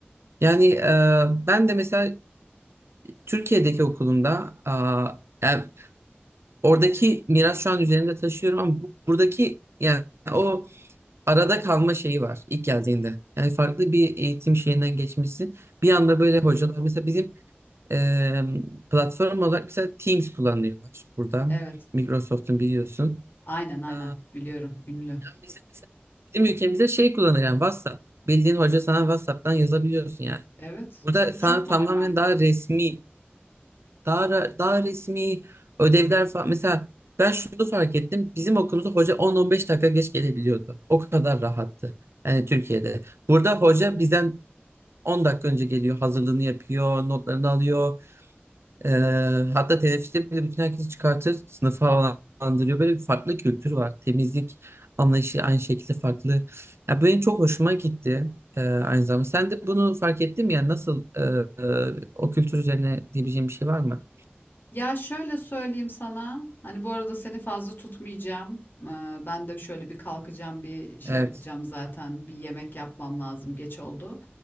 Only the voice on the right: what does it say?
yani e, ben de mesela Türkiye'deki okulumda a, yani oradaki miras şu an üzerinde taşıyorum ama bu, buradaki yani o arada kalma şeyi var ilk geldiğinde. Yani farklı bir eğitim şeyinden geçmişsin. Bir anda böyle hocalar mesela bizim Eee, platform olarak mesela Teams kullanıyorlar burada.
Microsoft'un biliyorsun.
Eee,
bizim, mesela- bizim ülkemizde şey kullanıyor yani WhatsApp. Bildiğin hoca sana WhatsApp'tan yazabiliyorsun yani.
Burada
sana
tamamen
daha resmi, daha ra- daha resmi ödevler falan. Mesela ben şunu fark ettim. Bizim okulumuzda hoca 10-15 dakika geç gelebiliyordu. O kadar rahattı. Yani Türkiye'de. Burada hoca bizden 10 dakika önce geliyor, hazırlığını yapıyor, notlarını alıyor. Ee, hatta teneffüste bile bütün herkesi çıkartır, sınıfı havalandırıyor. Böyle bir farklı kültür var. Temizlik anlayışı aynı şekilde farklı. Ya bu benim çok hoşuma gitti ee, aynı zamanda. Sen de bunu fark ettin mi? Yani nasıl e, e, o kültür üzerine diyebileceğim bir şey var mı?
Evet.